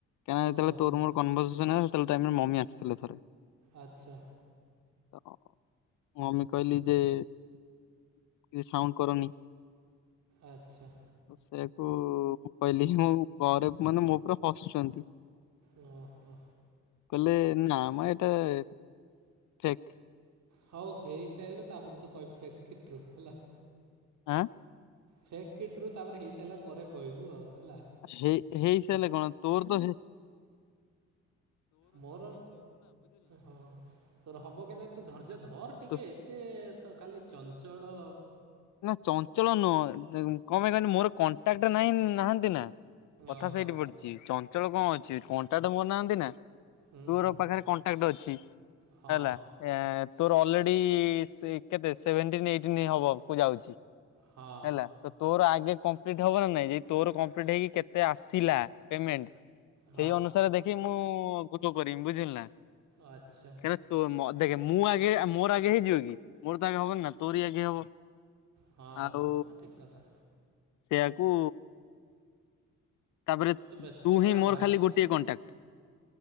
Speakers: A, on the left (about 75°); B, on the right (about 65°).
A: କ
B: ଓହୋ
A: ଯେହେଳେ ତୋ ମୋର କନ ସେହଲୋଇମର ମମି ଆସି ଧଥରେ
B: ଆଚ୍ଛା
A: ତ ମୁଁମେ କହିଲି ଯେ କିଛି ସାଉଣ୍ଡ କରନି
B: ଆଛା।
A: ସେଇୟାକୁଁ କହିଲି ମୋ ଘରେ ମାନେ ମୋ ପୁରା ହସୁଛନ୍ତି।
B: ଓ ହୋ।
A: କହିଲେ ନା ଆମର ଏଇଟା ଠ
B: ହଉ ହେଇସାରିଲେ ତାପରେ ତୁ କହ ଫକଟୁ ହେଲା।
A: ଆଁ
B: ଫେକ୍ କିଟ ରୁ ତାପରେ ହେଇସାରିଲା ପରେ କହିବୁ ଆଉ। ହେଲା
A: ହେଇ ହେଇସଲେ କଣ ତୋର ତ ହେଇ
B: ମୋର ହଁ ତୋର ହବ କି ନାଇଁ ତୁ ଧୈର୍ଯ୍ୟ ଧର ଟିକେ
A: ତୁ
B: ଏତେ ତ ଖାଲି ଚଞ୍ଚଳ
A: ନା ଚଞ୍ଚଳ ନୁହଁ କଣ ପାଇଁ କହିଲି ମୋର କଣ୍ଟାକ୍ଟ ନାହିଁ ନାହାନ୍ତି ନା କଥା
B: ଓହୋ
A: ସେଇଠି ପଢଡିିଛି ଚ ଳ କଣ ଅଛି କଣ୍ଟା ଟେ ମୋର ନାହାନ୍ତି ନା।
B: ହୁଁ
A: ତୋର
B: ହୁଁ
A: ପାଖରେ କଣ୍ଟାକ୍ଟ ଅଛି
B: ହଁ
A: ହେଲା। ଏ ତୋର ଅଲରେଡି କେତେ ସେଭେଣ୍ଟିନ ଏଇଟିନ୍ ହବ ଆଉ। ପୂଜା ହଛି।
B: ହଁ
A: ହେଲା ତ ତୋର ଆଗ। କପ୍ଟ ହବ ନା ନାଇଁ ତୋର କପ୍ଟ ହେଇକି କେତେ ଆସିଲାଣ୍।
B: ହଁ
A: ସେଇ ଅନୁସାରେ ଦେଖି ମୁଁ ହଁ ଭୁଲ କରିିବମ ବୁଝିଲ ନା।
B: ଆଚ୍ଛା
A: ସେଟ ତୁ। ଦେଖେ ମୁଁ ଆଗେ ମୋର ଆଗେ ହେଇଯିବ କି? ମୋର ତ ଆଗେ ହବନ ନା ତୋରି ଆଗେ ହବ।
B: ହଁ
A: ଆଉ
B: ହଁ ସେଟା ତ ଠିକ କଥା।
A: ସେୟାକୁ। ତାପରେ
B: ତ ବ୍ୟସ୍ତ
A: ତୁ
B: ହ
A: ହିଁ
B: ନା
A: ମୋର
B: ଭାଇଁ
A: ଖାଲି ଗୋଟିଏ କଣ୍ଟାକ୍ଟ